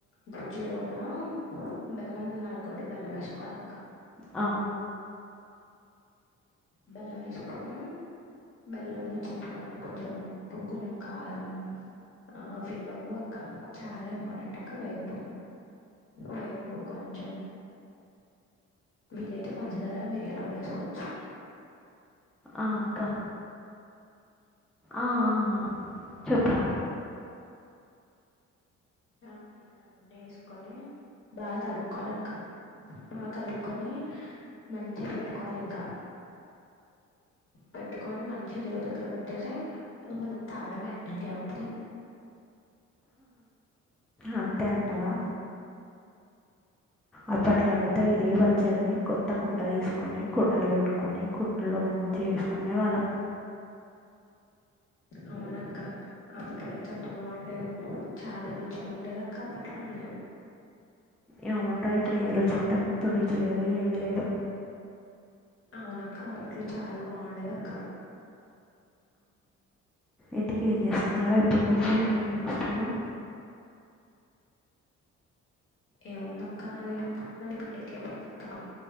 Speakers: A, on the left (about 45°); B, in the centre.
A: గుజ్జు లోపల బెల్లం నలుగొట్టి బెల్లం వేసుకోవాలక్క
B: ఆ
A: బెల్లం వేసుకోని బెల్లము చింతపండు కొంచెం ఉప్పు కొంచెం కారము ఆ వీపకు అక్క చాలా ఇంపార్టెంట్ అక్క వేపు వేపు కొంచెం వీలైతే పంచదార మిరియాలు కూడా వేసుకోవచ్చు
B: ఆ అక్క ఆ ఆ ఆ ఆ చెప్పురా
A: ఆ ఇలా అన్నీ వేసుకొని బాగా కలుపుకోవాలి అక్క బాగా కలుపుకొని మంచిగా పెట్టుకోవాలి ఇంకా పెట్టుకొని మంచిగా దేవుడి దగ్గర పెట్టేసి ఇ మనం తాగడమే ఇంకేం ఉంటది
B: అంతే అంటావా అప్పట్లో అయితే ఇదే పచ్చడిని కొత్త కుండ తీసుకొని కుండలు పెట్టుకొని కుండలో మంచిగా చేసుకునే వాళ్ళం
A: అవునక్క అప్పట్లో అయితే అంత బాగుండేది చాలా రుచిగా ఉండేద అక్క అప్పట్లోనే
B: ఏముండ ఇప్పుడు ఏం రుచి ఉంటుంది ఇప్పుడు రుచి లేదు ఏమిీ లేదు
A: అవునక్క అప్పట్లో చాలా బాగుండేది అక్క
B: ఇందుకు ఏం చేస్తున్నారా ఇప్పుడు నువ్వు ఏం చేస్తున్నావు
A: ఏముందక్క నాది నాది బీటెక్ అయిపోయింది అక్క